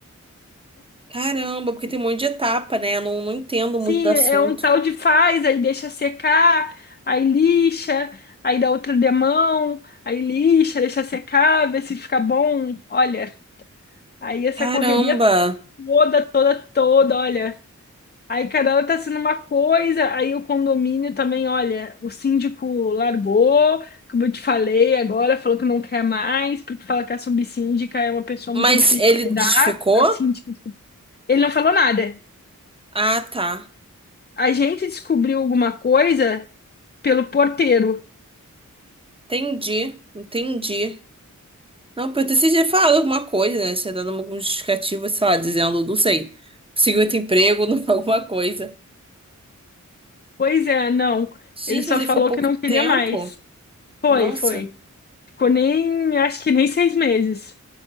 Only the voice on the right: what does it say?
Caramba, porque tem um monte de etapa, né? Eu não, não entendo
muito do assunto.
Caramba.
Mas
ele
desficou?
Ah, tá.
Entendi, entendi. Não, porque você tinha falado alguma coisa, né? Tinha dado algum justificativo, sei lá, dizendo, não sei, conseguiu outro emprego, <laughs> não- alguma coisa.
Gente,
mas ele
foi pouco
tempo?
Nossa.